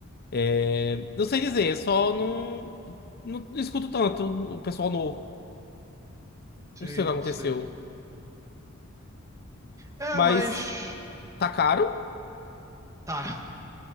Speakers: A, on the left (about 50°); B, on the right (about 15°).
A: é, não sei dizer, só não, não, não escuto tanto o pessoal novo.
B: Sim,
A: Não sei o que aconteceu.
B: sim. É,
A: Mas
B: mas.
A: tá caro?
B: Tá.